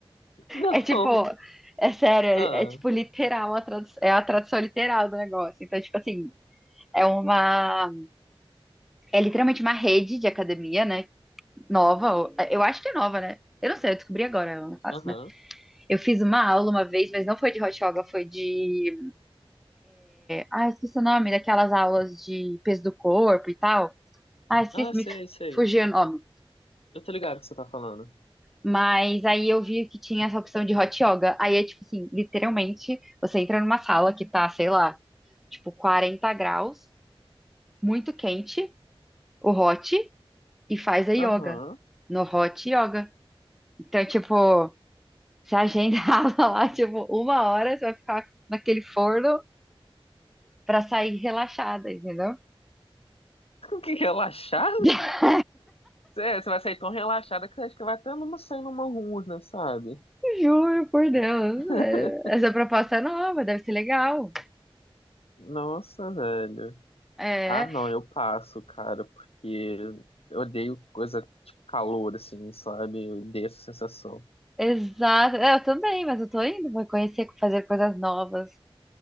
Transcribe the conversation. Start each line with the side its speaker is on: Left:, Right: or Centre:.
Left: não.
Centre: É tipo, é sério, é,
Left: Ah,
Centre: é tipo literal, a tradu- é a tradução literal do negócio. Então, tipo assim, é uma, é literalmente uma rede de academia, né? Nova, ou- eu acho que é nova, né? Eu não sei, eu descobri agora, eu não faço,
Left: aham.
Centre: né? Eu fiz uma aula uma vez, mas não foi de hot yoga, foi de, ah, esqueci o nome, daquelas aulas de peso do corpo e tal. Ah, esqueci,
Left: Ah, sei,
Centre: me
Left: sei.
Centre: fugiu o nome.
Left: Eu tô ligado o que você tá falando.
Centre: Mas aí eu vi que tinha essa opção de hot yoga. Aí é tipo assim, literalmente, você entra numa sala que tá, sei lá, tipo 40 graus, muito quente, o hot, e faz a yoga.
Left: Aham.
Centre: No hot yoga. Então, tipo, você agenda <laughs> aula lá, tipo, uma hora, você vai ficar naquele forno pra sair relaxada, entendeu?
Left: Que relaxada?
Centre: <laughs>
Left: Você você <laughs> vai sair tão relaxada que você acha que vai até numa sair numa urna, sabe?
Centre: Juro, por Deus.
Left: <laughs>
Centre: é, Essa proposta é nova, deve ser legal.
Left: Nossa, velho.
Centre: É,
Left: Ah, não, eu passo, cara, porque eu odeio coisa tipo calor, assim, sabe? Eu odeio essa sensação.
Centre: exato. É, Eu também, mas eu tô indo, vou conhecer, fazer coisas novas.